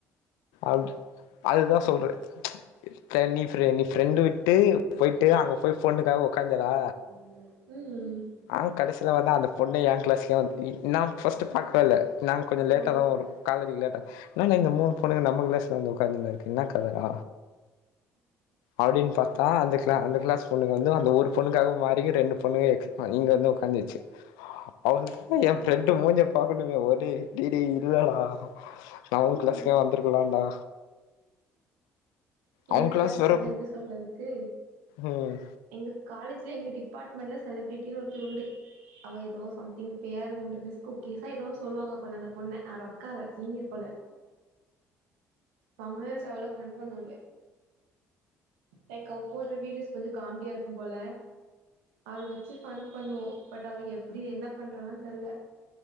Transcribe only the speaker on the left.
அப்டி அதுதா சொல்றே தனி ஃபரெ நீ ஃப்ரெண்டு விட்டு போய்ட்டு அங்க போய் பொண்ணுக்காக உக்காஞ்சடா
ஆ கடசில பாத்தா அந்த பொண்ணே ஏங் க்ளாஸ்தா இ நா ஃபஸ்ட்டு பாக்வேல்ல நாங்க கொஞ்சோ லேட்டாதா
வருவோ காலேஜுக்கு லேட்டா இன்னான்டா இந்த மூனு பொண்ணுங்க நம்ம க்ளாஸ்ல வந்து உக்காந்துனிரு க்கு இன்னா கதடா அப்டின் பாத்தா அந்த க்ள அந்த கிளாஸ் பொண்ணுங்க வந்து அந்த ஒரு பொண்ணுக்காக மாறி ரெண்டு பொண்ணுங்காய்க்கு இங்க வந்து உக்காந்துருச்சு அவு
எ ஃப்ரெண்டு மூஞ்ச பாக்கணுமே ஒரே டேய் டேய் இல்லடா நா உ
க்ளாஸ்ல வந் துருக்கலாண்டா
அவ கிளாஸ்
வேற
ம்